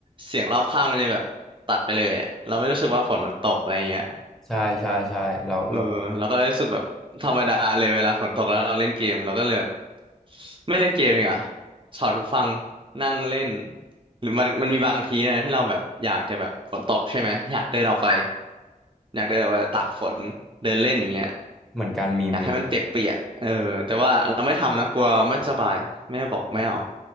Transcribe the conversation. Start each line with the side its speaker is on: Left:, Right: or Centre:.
Right: เสียงรอบข้างมันจะแบบตัดไปเลยอะเราไม่รู้สึกว่าฝนมันตกอะไรเงี้ย
Centre: ใช่ใช่ใช่เราเรา
Right: เออเราก็เลยรู้สึกแบบธรรมดาเลยเวลาฝนตกแล้วเราเล่นเกมเราก็เลยแบบไม่เล่นเกมดีกว่าถอดหูฟังนั่งเล่นหรือมันมันมีบางทีนะที่เราแบบอยากจะแบบฝนตกใช่ไหมอยากเดินออกไปอยากเดินออกไปตากฝนเดินเล่นอย่างเงี้ย
Centre: เหมือนการมีมี
Right: อยากให้มันเปียกๆเออแต่ว่าเราไม่ทำนะกลัวไม่สบายแม่บอกไม่เอา